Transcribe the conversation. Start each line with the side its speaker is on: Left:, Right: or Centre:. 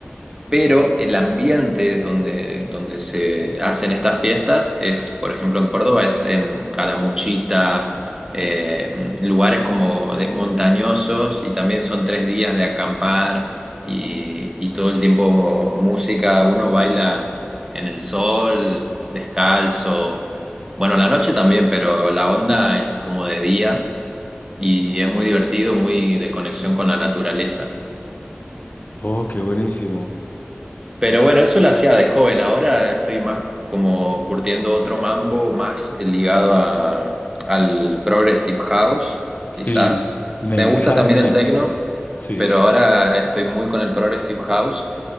Right: pero el ambiente donde, donde se hacen estas fiestas es, por ejemplo, en Córdoba, es en Calamuchita, eh, lugares como de montañosos y también son tres días de acampar y, y todo el tiempo música, uno baila en el sol, descalzo, bueno, la noche también, pero la onda es como de día y es muy divertido, muy de conexión con la naturaleza.
Left: Oh, qué buenísimo.
Right: Pero bueno, eso lo hacía de joven. Ahora estoy más como curtiendo otro mambo, más ligado a, al Progressive House,
Left: Sí,
Right: quizás.
Left: me
Right: Me
Left: encanta.
Right: gusta también el techno,
Left: Sí.
Right: pero ahora estoy muy con el Progressive House.